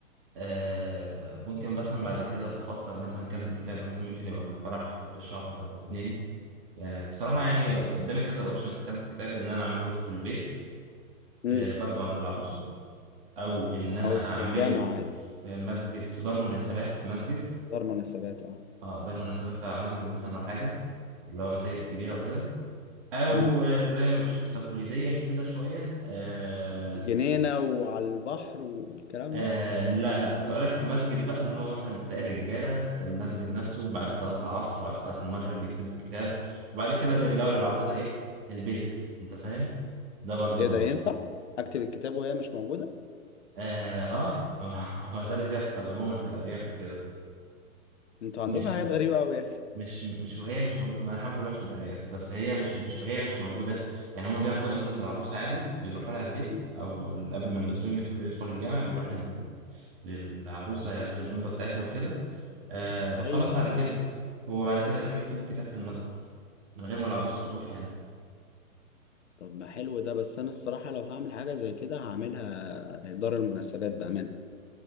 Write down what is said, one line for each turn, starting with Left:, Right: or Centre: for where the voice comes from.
Right: آه ممكن مثلا بعد كده بفكر مثلا كاتب الكتاب مثلا ممكن يبقى بالفرح بشهر او اتنين آه بصراحة يعني قدامي كذا اوبشن في كاتب الكتاب ان انا اعمله في البيت
Left: امم
Right: آه برضو عند العروسة او ان انا
Left: او في
Right: اعمله
Left: جامع عادي
Right: في مسجد في دار مناسبات في مسجد
Left: دار مناسبات اه
Right: اه دار مناسبات بتاع مسجد مثلا او حاجة اللي هو مساجد كبيرة وكده او
Left: امم
Right: آه، زي ما بنشوف تقليديا كده شوية آه
Left: جنينة وعلى البحر والكلام
Right: آه
Left: ده
Right: لا لا كنت اقول لك في مسجد بقى اللي هو مثلا بتلاقي الرجاله في المسجد نفسه بعد صلاه العصر بعد صلاه المغرب بيكتبوا الكتاب وبعد كده بيرجعوا للعروسه ايه البيت انت فاهم ده برضو
Left: ايه
Right: بيبقى
Left: ده ينفع اكتب الكتاب وهي مش موجوده
Right: اه اه <laughs> هو ده اللي بيحصل عموما في الارياف وكده
Left: انتوا عندكم
Right: مش
Left: حاجات غريبه قوي يا اخي
Right: مش مش وهي مش موجوده ما أنا الحمد لله مش من الارياف بس هي مش مش وهي مش موجوده يعني هما بياخدوا امضه العروسه عادي بيروحوا لها البيت
Left: مم.
Right: او قبل ما المأذون يخ- يدخل الجامع بيروح لل- للعروسه ياخد الامضه بتاعتها وكده آه خلاص
Left: ايوه
Right: على كده هو بعد كده يروح يكتبوا الكتاب في المسجد من غير ما العروس تروح يعني
Left: طب ما حلو ده بس انا الصراحه لو هعمل حاجه زي كده هعملها دار المناسبات بامان